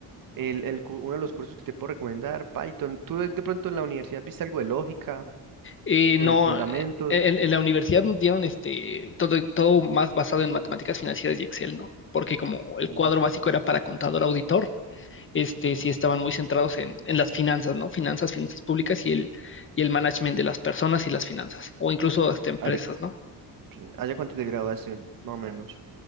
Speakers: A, on the right (about 55°); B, on the left (about 30°).
A: El, el cu- uno de los cursos que te puedo recomendar, Python. ¿Tú de, de pronto en la universidad viste algo de lógica,
B: Eh,
A: eh,
B: no,
A: fundamentos?
B: eh, en, en la universidad nos dieron este, todo, todo más basado en matemáticas financieras y Excel, ¿no? Porque como el
A: Ujú.
B: cuadro básico era para contador auditor, este, sí estaban muy centrados en, en las finanzas, ¿no? Finanzas, finanzas públicas y el, y el management de las personas y las finanzas, o incluso hasta empresas,
A: ¿Hace,
B: ¿no?
A: sí, hace cuánto te graduaste, más o menos?